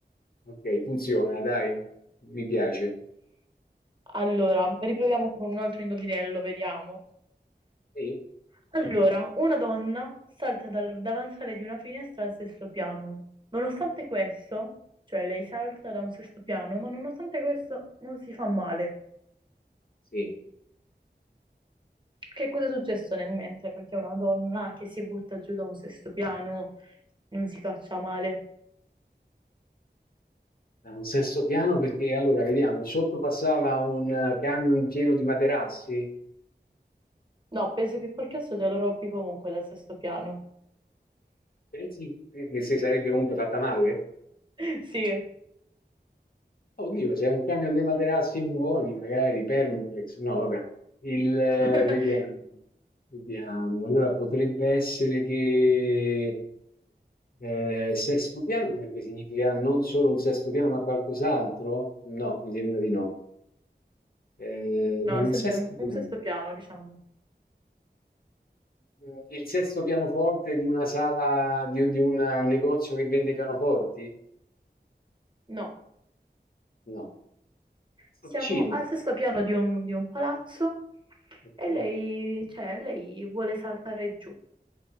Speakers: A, on the left; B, on the right.
A: ok, funziona, dai, mi piace.
B: Allora, riproviamo con un altro indovinello, vediamo.
A: Sì,
B: Allora, una donna salta dal davanzale di una finestra al sesto piano. Nonostante questo, cioè lei salta da un sesto piano, ma nonostante questo non si fa male.
A: sì,
B: Che cosa è successo nel mentre? Perché una donna che si butta giù da un sesto piano non si faccia male.
A: da un sesto piano perché allora vediamo, sotto passava un eh, camion pieno di materassi,
B: No, penso che qualche altro te lo rompi comunque dal sesto piano.
A: pensi che si sarebbe comunque fatta male?
B: <laughs> Sì.
A: Oddio, se è un camion dei materassi buoni, magari Permaflex, no, vabbè, il, eh,
B: <laughs>
A: vediamo, vediamo, allora potrebbe essere che eh, sesto piano potrebbe significare non solo un sesto piano ma qualcos'altro? No, mi sembra di no. Eh,
B: No,
A: da un
B: è sempre
A: sesto
B: un, un
A: piano,
B: sesto piano, diciamo.
A: Eh, il sesto pianoforte di una sala, di, di una- un negozio che vende pianoforti?
B: No,
A: No, sto
B: siamo
A: vicino,
B: al sesto piano di un, di un palazzo
A: ok.
B: e lei, cioè, lei vuole saltare giù,